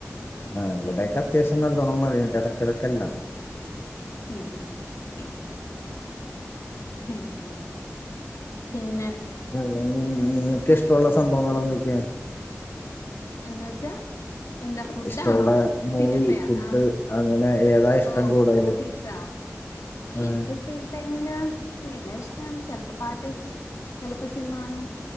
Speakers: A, on the left; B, on the left.
A: ആഹ ഇവിടൊക്കെ അത്യാവശ്യം നല്ലോണം മഴണ്ട് ഇടക്കിടക്കല്ല.
B: ഉം ഹ ഉ <unintelligible> പിന്നെ.?
A: <unintelligible> നിങ്ങക്ക് ഇഷ്ട്ടോള്ള സംഭവങ്ങൾ എന്തൊക്കെയാ.?
B: എന്ന വച്ചാ എന്താ ഫുഡാണോ
A: ഇഷ്ടമുള്ള മൂവി
B: സിനിമയാ
A: ഫുഡ്
B: ആ.
A: അങ്ങനെ ഏതാ ഇഷ്ടം
B: ഓ
A: കൂടുതല്
B: ഹോബീസ
A: ആ
B: എനിക്ക് ഫ്രീ <unintelligible> ഇഷ്ടണ് ചെലപ്പോ പാട്ട് ക്കും ചെലപ്പോ സിനിമാണും.